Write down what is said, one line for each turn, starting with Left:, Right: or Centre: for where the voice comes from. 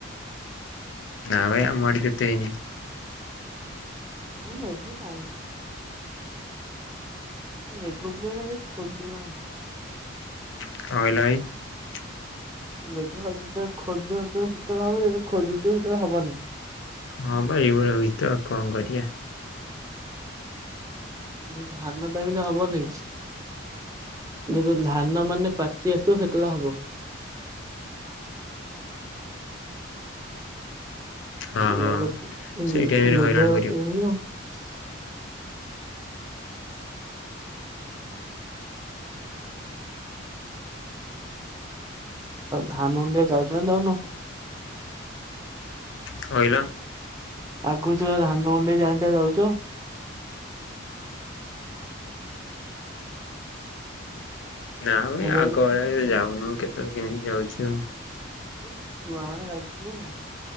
Left: ନା ଭାଇ ଆମ ଆଡେ ବି ଏତେ ହେଇନି।
Right: ନା ମେଘ କାଇଁ କି। ମେଘ କୁ ଏଇନା କେହି ଖୋଜୁନାହାନ୍ତି।
Left: କଣ କାଇଲ ଭାଇ?
Right: ମେଘ <unintelligible> ସେତେବେଳେ ହେବନି।
Left: ହଁ ଭ ଏଇଭଳିଆ ହଇ ତ ଆଉ କଣ କରିବାଆ।
Right: ଧାନ ଟାଇମ ରେ ହବନି। ଯ ଧାନ ମାନେ ପାଚି ଆସଥ ସେତେବେଳେ ହବ।
Left: ହଁ
Right: ବା
Left: ହଁ। ସେଇ ଟାଇମ ରେ
Right: ମେଘ
Left: ହଇରାଣ କରିବ
Right: <unintelligible> ଧାନ ଅଣ୍ଡିଆ ଯାଉଛନ୍ତି ଯାଉନ।
Left: କହିଲ।
Right: ଆଗୁଛ ଧାନ କୁଣ୍ଡେଇ ଯାଆନ୍ତି ଯାଉଛ?
Left: ନା ଆମେ
Right: ହ୍ୟାଲୋ
Left: ଆଗ ଭଳିଆରେ ଯାଉ କଣ କେତେବେଳେ କେମିତି ଯାଉଛି ଆଉ।
Right: ଏ ଛୁଆମାନେ ଯାଉଥିବେ ଆଉ।